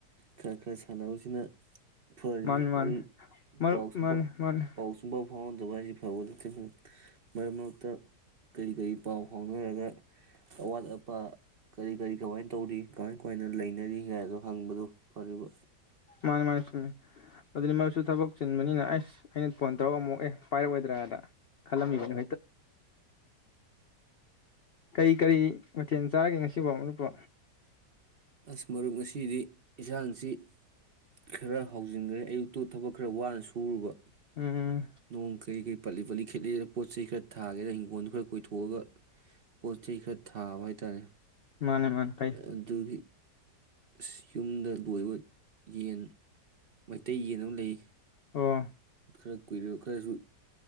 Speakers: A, on the right; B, on the left.
A: ꯈꯔ ꯈꯔ ꯁꯥꯟꯅꯕꯁꯤꯅ ꯐꯔꯅꯤ
B: ꯃꯥꯅꯤ ꯃꯥꯅꯤ
A: ꯃꯔꯨꯄ
B: ꯃꯔꯨꯞ
A: ꯄꯥꯎ ꯁꯨꯝꯕ
B: ꯃꯥꯅꯤ ꯃꯥꯅꯤ
A: ꯄꯥꯎ ꯁꯨꯝ ꯄꯥꯎ ꯍꯣꯟꯗ ꯋꯥꯔꯤ ꯈꯔ ꯈ ꯂꯤ ꯃꯔꯛ ꯃꯔꯛꯇ ꯀꯔꯤ ꯀꯔꯤ ꯄꯥꯎ ꯐꯥꯎꯅꯔꯒ ꯑꯋꯥꯠ ꯑꯄꯥ ꯀꯔꯤ ꯀꯔꯤ ꯀꯃꯥꯏꯅ ꯇꯧꯔꯤ ꯀꯃꯥꯏ ꯀꯃꯥꯏꯅ ꯂꯩꯅꯔꯤꯒꯗꯣ ꯍꯪꯕꯗꯨ ꯐꯔꯤꯕ
B: ꯃꯥꯅꯤ ꯃꯥꯅꯤ ꯁꯨꯝꯃꯦ ꯑꯗꯨꯗꯤ ꯃꯔꯗꯨꯁꯨ ꯊꯕꯛ ꯆꯤꯟꯕꯅꯤꯅ ꯑꯁ ꯑꯩꯅ ꯐꯣꯟ ꯇꯧꯔꯛꯕ꯭ꯔꯣ ꯑꯃꯨꯛ ꯑꯦ ꯄꯥꯏꯔꯛ ꯑꯣꯏꯗ꯭ꯔꯥꯗ ꯈꯜꯂꯝꯃꯤꯅꯦ ꯀꯔꯤ ꯀꯔꯤ ꯃꯊꯦꯜ ꯆꯥꯔꯒꯦ ꯉꯁꯤꯕꯨ ꯃꯔꯨꯞꯄꯨ
A: ꯑꯁ ꯃꯔꯨꯞ ꯉꯁꯤꯗꯤ ꯏꯟꯁꯥꯡꯁꯤ ꯈꯔ ꯍꯥꯎꯖꯤꯟꯈ꯭ꯔꯦ ꯑꯌꯨꯛꯇꯨ ꯊꯕꯛ ꯈꯔ ꯋꯥꯅ ꯁꯨꯔꯨꯕ
B: ꯎꯝ
A: ꯅꯣꯡ ꯀꯩ ꯀꯩ ꯄꯠꯂꯤ ꯄꯠꯂꯤ ꯈꯦꯠꯂꯤꯗ ꯄꯣꯠ ꯆꯩ ꯈꯔ ꯊꯥꯒꯦꯅ ꯍꯤꯡꯒꯣꯟꯜꯗꯨ ꯈꯔ ꯀꯣꯏꯊꯣꯛꯑꯒ ꯄꯣꯠ ꯆꯩ ꯈꯔ ꯊꯥꯕ ꯍꯥꯏꯇꯥꯔꯦ꯫
B: ꯃꯥꯅꯦ ꯃꯥꯅꯦ ꯐꯩ
A: ꯑꯗꯨꯒꯤ ꯑꯁ ꯌꯨꯝꯗ ꯂꯣꯏꯕ ꯌꯦꯟ ꯃꯩꯇꯩ ꯌꯦꯟ ꯑꯃ ꯂꯩ꯫
B: ꯍ
A: ꯈꯔ ꯀꯨꯏꯔ ꯈꯔꯖꯨ